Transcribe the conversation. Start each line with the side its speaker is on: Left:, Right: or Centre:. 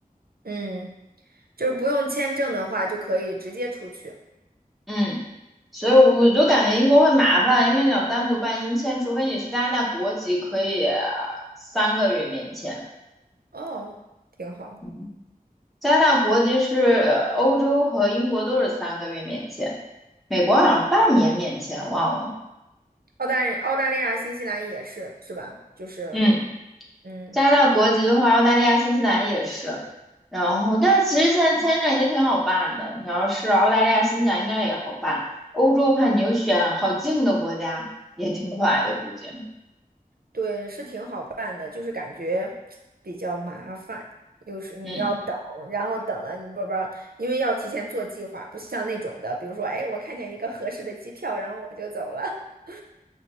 Right: 嗯，就是不用签证的话，就可以直接出去。
Centre: 嗯，所以我就感觉英国会麻烦，因为你要单独办英签，除非你是加拿大国籍，可以呃三个月免签。
Right: 哦，挺好。
Centre: 嗯，加拿大国籍是呃欧洲和英国都是三个月免签，美国好像半年免签，忘了。
Right: 澳大澳大利亚、新西兰也是，是吧？就是，
Centre: 嗯。
Right: 嗯。
Centre: 加拿大国籍的话，澳大利亚、新西兰也是。然后，
Right: 嗯。
Centre: 但其实现在签证也挺好办的。你要是澳大利亚、新西兰，应该也好办。欧洲的话，你就选好近的国家，也挺快的，估计。
Right: 对，是挺好办的，就是感觉比较麻烦，有时你要等，
Centre: 嗯，
Right: 然后等了你不不，因为要提前做计划，不像那种的，比如说，哎，我看见一个合适的机票，然后我就走了。<laughs>